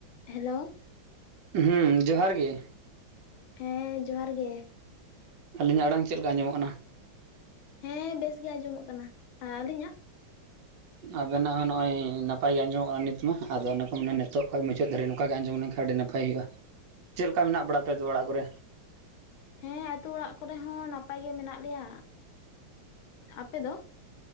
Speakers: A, on the left (about 80°); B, on the right (about 70°).
A: ᱦᱮᱞᱳ
B: ᱦᱩᱸ ᱡᱚᱦᱟᱨ ᱜᱮ᱾
A: ᱦᱮᱸ ᱡᱚᱦᱟᱨ ᱜᱮ,
B: ᱟᱹᱞᱤᱧ ᱟᱜ ᱟᱲᱟᱝ ᱪᱮᱫ ᱞᱮᱠᱟ ᱟᱡᱚᱢᱚᱜ ᱠᱟᱱᱟ?
A: ᱦᱮᱸ ᱵᱮᱥ ᱜᱮ ᱟᱸᱡᱚᱢᱚᱜ ᱠᱟᱱᱟ, ᱟᱹᱞᱤᱧ ᱟᱜ?
B: ᱟᱵᱮᱱᱟᱜ ᱦᱚᱸ ᱱᱚᱜᱼᱚᱭ ᱱᱟᱯᱟᱭ ᱜᱮ ᱟᱸᱡᱚᱢᱚᱜᱼᱟ ᱱᱤᱛ ᱢᱟ, ᱟᱫᱚ ᱚᱱᱟ ᱠᱚ ᱢᱟᱱᱮ ᱱᱤᱛᱚᱜ ᱠᱷᱚᱱ ᱢᱩᱪᱟᱹᱫ ᱫᱷᱟᱹᱨᱤᱡ ᱱᱚᱝᱠᱟ ᱜᱮ ᱟᱸᱡᱚᱢ ᱞᱮᱱᱠᱷᱟᱱ ᱟᱹᱰᱤ ᱱᱟᱯᱟᱭ ᱦᱩᱭᱩᱜᱼᱟ᱾
A: ᱦᱮᱸ
B: ᱪᱮᱫ ᱞᱮᱠᱟ ᱢᱮᱱᱟᱜ ᱵᱟᱲᱟ ᱯᱮᱭᱟ ᱛᱚ ᱚᱲᱟᱜ ᱠᱚᱨᱮ?
A: ᱦᱮᱸ ᱟᱛᱳ ᱚᱲᱟᱜ ᱠᱚᱨᱮ ᱦᱚᱸ ᱱᱟᱯᱟᱭ ᱜᱮ ᱢᱮᱱᱟᱜ ᱞᱮᱭᱟ, ᱟᱯᱮ ᱫᱚ?